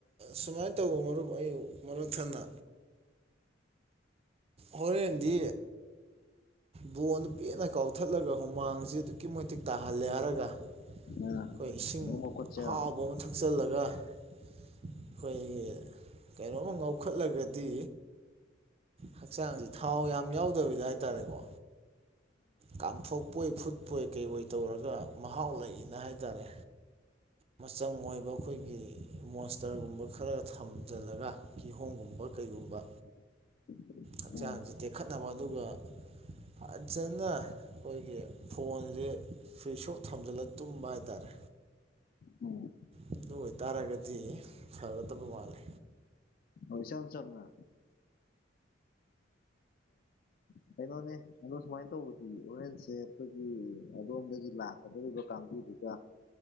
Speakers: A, on the right; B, on the left.
A: ꯁꯨꯃꯥꯏꯅ ꯇꯧꯕ ꯃꯔꯨꯞ ꯑꯩ ꯃꯔꯛ ꯊꯟꯅ ꯍꯔꯦꯟꯦꯟꯗꯤ ꯕꯣꯟꯗꯨ ꯄꯦꯟꯅ ꯀꯥꯎꯊꯠꯂꯒ ꯍꯨꯃꯥꯡꯁꯤꯦ ꯑꯗꯨꯛꯀꯤ ꯃꯇꯤꯛ ꯇꯥꯍꯜꯂꯦ ꯍꯥꯏꯔꯒ ꯑꯩꯈꯣꯏ
B: ꯑ
A: ꯏꯁꯤꯡ
B: ꯑꯃꯨꯛ ꯃꯈꯨꯠꯁꯦ
A: ꯑꯍꯥꯎꯕ
B: ꯑ
A: ꯑꯃ ꯊꯛꯆꯤꯜꯂꯒ ꯑꯩꯈꯣꯏꯒꯤ ꯀꯩꯅꯣꯝꯃ ꯉꯧꯈꯠꯂꯒꯗꯤ ꯍꯛꯆꯥꯡ ꯑꯁꯤ ꯊꯥꯎ ꯌꯥꯝ ꯌꯥꯎꯗꯕꯤꯗ ꯍꯥꯏꯇꯥꯔꯦꯀꯣ ꯀꯥꯝꯊꯣꯛꯄꯣꯏ ꯐꯨꯠꯄꯣꯏ ꯀꯩꯄꯣꯏ ꯇꯧꯔꯒ ꯃꯍꯥꯎ ꯂꯩꯏꯅ ꯍꯥꯏ ꯇꯔꯦ ꯃꯆꯪ ꯑꯣꯏꯕ ꯑꯩꯈꯣꯏꯒꯤ ꯃꯣꯁꯇꯔꯒꯨꯝꯕ ꯈꯔ ꯊꯝꯖꯤꯜꯂꯒ ꯀꯤꯍꯣꯝꯒꯨꯝꯕ ꯨꯝꯕ ꯀꯩꯒꯨꯝꯕ
B: <unintelligible> ꯎꯝ
A: ꯍꯛꯆꯥꯡꯁ ꯇꯦꯛꯈꯠꯅꯕ ꯑꯗꯨꯒ ꯐꯖꯅ ꯑꯩꯈꯣꯏꯒꯤ ꯐꯣꯟꯁꯦ ꯁ꯭ꯋꯤꯤꯁ ꯑꯣꯐ ꯊꯝꯖꯤꯜꯂꯒ ꯇꯨꯝꯕ ꯍꯥꯏꯇꯥꯔꯦ
B: ꯑꯣ
A: ꯑꯗꯨ ꯑꯣꯏꯇꯥꯔꯒꯗꯤ ꯐꯒꯗꯕ ꯃꯥꯂꯦ
B: ꯍꯁꯝꯁꯝꯅ ꯎ ꯀꯩꯅꯣꯅꯦ ꯑꯗꯣ ꯁꯨꯃꯥꯏꯅ ꯇꯧꯕꯗꯤ ꯑꯣꯔꯦꯟꯁꯁꯦ ꯑꯩꯈꯣꯏꯒꯤ ꯑꯗꯣꯝꯗꯒꯤ ꯂꯥꯛꯀꯗꯧꯔꯤꯕ ꯀꯥꯡꯕꯨ ꯀꯥꯡꯗꯨꯒ